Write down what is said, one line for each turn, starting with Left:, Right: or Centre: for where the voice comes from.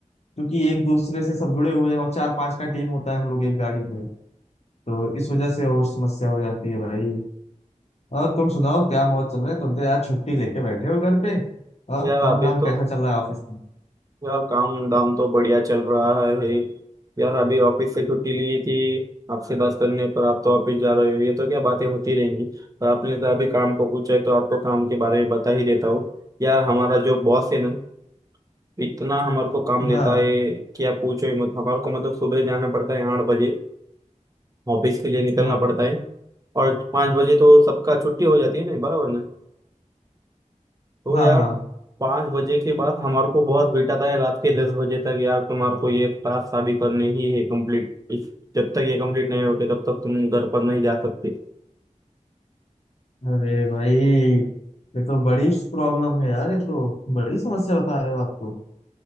Left: क्योंकि एक दूसरे से सब जुड़े हुए हैं और चार पांच का टीम होता है हम लोग एक गाड़ी में तो इस वजह से और समस्या हो जाती है भाई और तुम सुनाओ क्या मौज चल रहा है तुम तो यार छुट्टी लेके बैठे हो घर पे और
Right: यार
Left: काम
Right: अभी
Left: धाम
Right: तो
Left: कैसा चल रहा है ऑफिस में
Right: यार काम धाम तो बढ़िया चल रहा है यार अभी ऑफिस से छुट्टी ली थी आपसे बात करने पर आप तो ऑफिस जा रहे हो ये तो क्या बातें होती रहेंगी पर आपने तो अभी काम को पूछा है तो आपको काम के बारे में बता ही देता हूँ यार हमारा जो बॉस है ना इतना हमारे को काम देता
Left: हाँ
Right: है कि आप पूछो ही मत हमारे को मतलब सुबह जाना पड़ता है आठ बजे ऑफिस के लिए निकलना
Left: हाँ
Right: पड़ता है और पाँच बजे तो सबका छुट्टी हो जाती है ना बराबर ना तो
Left: हाँ
Right: यार
Left: हाँ
Right: पाँच बजे के बाद हमारे को बहुत बिठाता है रात के दस बजे तक यार तुम्हारे को ये टास्क अभी करने ही है कंप्लीट इस जब तक ये कंप्लीट नहीं होते तब तक तुम घर पर नहीं जा सकते
Left: अरे भाई ये तो बड़ी प्रॉब्लम है यार ये तो बड़ी समस्या बता रहे हो आप तो।